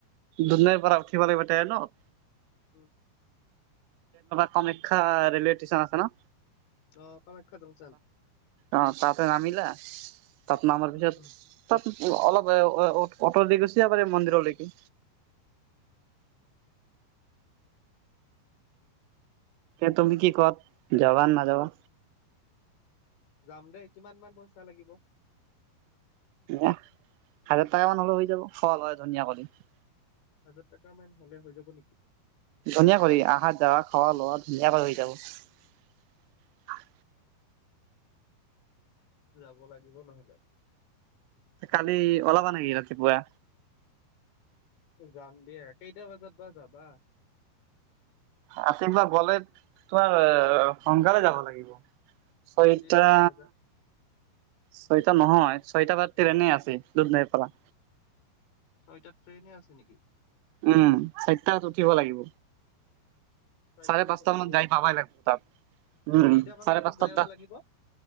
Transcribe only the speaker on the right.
দুধনৈ পৰা উঠিব লাগিব ট্ৰেইনত
কমাখ্যা ৰিলেটি চন আছে ন।
অ', তাতে নামিলা। তাত নামাৰ পিছত
তাত অলপ অ'তৰ দি গুছি যাব পাৰি মন্দিৰলৈকে। এ, তুমি কি কোৱা যাবা নাযাবা
অ, হাজাৰ টকা মান হলেই হৈ যাব। হয়, হয় ধুনীয়া কথা।
ধুনীয়া কৰি, অহা-যাৱা, খোৱা-লোৱা ধুনীয়াকৈ হৈ যাব।
কালি ওলাবা নেকি ৰাতিপুৱা?
ৰাতিপুৱা গ'লে, তোমাৰ সোনকালে যাব লাগিব। ছয়টা
ছয়টা নহয়, ছয়টাত বজাত ট্ৰেইনে আছে, দুধনৈৰ পৰা।
উম, চাইতাত উঠিব লাগিব।
চাৰে পাঁচটা
মানত যাই পাবাই লাগিব তাত। উম,
চাৰে
পাঁচটাত
ত